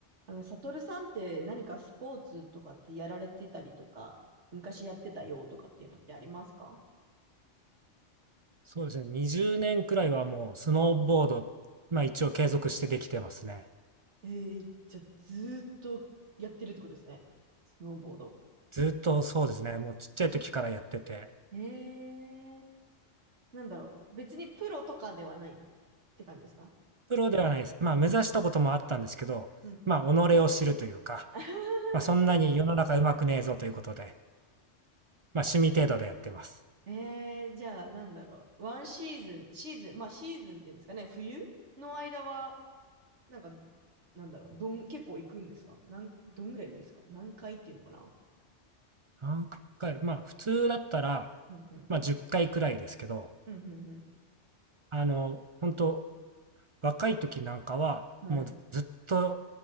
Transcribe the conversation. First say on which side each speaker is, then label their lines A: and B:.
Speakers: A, on the right; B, on the right.
A: あの、サトルさんって何かスポーツとかってやられてたりとか、昔やってたよとかっていうのってありますか
B: そうですね。20年くらいはもうスノーボード、まあ一応継続してできてますね。
A: えー、じゃあずーっとやってるってことですね。スノーボード。
B: ずっとそうですね。もうちっちゃい時からやってて、
A: えー、なんだろう。別にプロとかではないって感じですか
B: プロではないです。まあ目指したこともあったんですけど、
A: うんうんうん。
B: まあ己を知るというか、
A: <laughs>
B: まあそんなに世の中うまくねえぞということで、まあ趣味程度でやってます。
A: えー、じゃあなんだろう。ワンシーズン、シーズン、まあシーズンっていうんですかね、冬の間は、なんか、なんだろう、どん、結構行くんですかなん、どんぐらい行くんですか何回っていうのかな
B: 何回、まあ普通だったら、
A: うんうん。
B: まあ10回くらいですけど、
A: うんうんう
B: あの、本当若い時なんかは、
A: ん。はい。
B: もうずっと